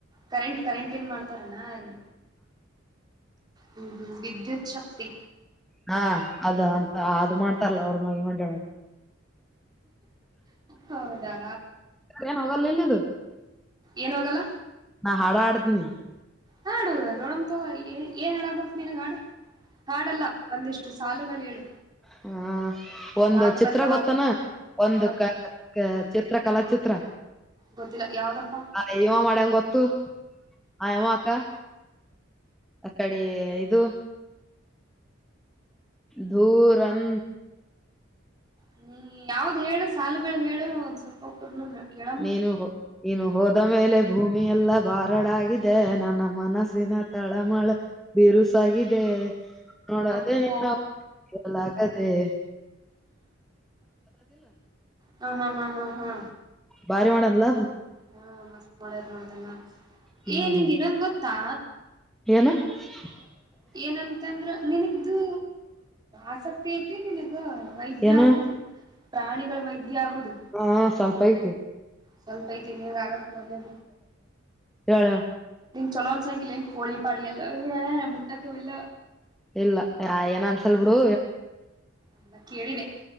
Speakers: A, on the right; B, in the centre.
A: ಕರೆಂಟ್ ಕರೆಂಟ್ ಏನ್ ಮಾಡ್ತಾರಣ ಹ್ಮ್ ಹ್ಮ್ ವಿಿದ್ಯುತ್ ಶಕ್ತಿ
B: ಹಾ ಅದ ಅಂತ ಅದು ಮಾಡ್ತಾರಲ್ಲ ಅವ್ರ ಮೆ ಮಾಡ
A: ಹೌದಾ
B: ಏನ್ <inaudible>
A: ಏನೋಗಲ್ಲ
B: ಾ ಹಾಡ ಆಡ್ತೀನಿ
A: ಹಾಡು ನೋಡಮಂತ ಏನ್ ಹಾಡಾಗ ಬರ್ತ್ತ ಮೀನಾಗ ಹಾಡು ಹಾಡಲ್ಲ ಒಂದಿಷ್ಟು ಸಾಲುಗಳೇಳು
B: ಹಾ ಒಂದು
A: ರಾಗಬದ್ಧವಾಗಿ
B: ಚಿತ್ರ ಗೊತ್ತನಾ ಒಂದು
A: ಯಾವ್ದ
B: ಕ ಚಿತ್ರ ಕಲಾ ಚಿತ್ರ
A: ಗೊತ್ತಿಲ್ಲ ಯಾವ್ದಪ್ಪಾ
B: ಹ ಇವ ಮಾಡಡಂ್ ಗೊತ್ತು ಹ ಯವ ಅಕ್ಕ ಅ ಕಡೆ ಇದು ದೂರಂ
A: ಹ್ಮ ಯಾವ್ದ್ ಹೇಳು ಸಾಲುಗಳು ಹೇಳು ಸ್ವಲ್ಪ ಒಕ್ರನು ಕೇಳಮ್ಮ
B: ನೀನು ನೀನು ಹೋದ ಮೇಲೆ ಭೂಮಿಯ ಎಲ್ಲಾ ಬಾರಡ ಆಾಗಿದೆ ನನ್ನ ಮನಸ್ಸಿನ ತಳಮಳ ಬಿರುಸಾಗಿದೆ ನೋಡದೇ
A: ಯಪ್ಪೋ
B: ಎಲ್ಲ ಆಗದೆೇ
A: ಹಾ ಹಾ ಹಾ ಹಾ ಹಾ
B: ಬಾರಿ ಮಾಡ ಅಲ್ಲ
A: ಹಾ ಮಸ್ತ್ ಮಾಡ್ಯರ್ ನೋಡ್ದನ್ನ
B: ಹ್ಮ್
A: ಏನ್ಿಂಗ ಇನ್ನೊಂದ ಗೊತ್ತಾ
B: <inaudible>
A: ಏನಂತ ಅಂದ್ರೆ ನಿನಗೂ ಆಸಕ್ತಿ ಐತಿ ನಿನಗ ವೈದ್ಯ
B: ಏನ
A: ಆಗುದು ಪ್ರಾಣಿಗಳ ವೈದ್ಯ ಆಗುದು
B: ಹಾ ಸ್ವಲ್ಪ ಐತೆ
A: ಸ್ವಲ್ಪ ಐತಿ ಆಗಕ್ ಒಂದ
B: ಹೇಳ
A: ಚೊಲೋನ್ಸಂಗಿಲಏನ್ ಕಳಿಪಾಳಿ ಎಲ್ಲ ಮುಟ್ಟಕವೆಲ್ಲ
B: ಇಲ್ಲ ಯ ಏನ ಅನ್ಸಲ್ ಬಿಿಡು
A: ಎಲ್ಲ ಕೇಳಿದೆ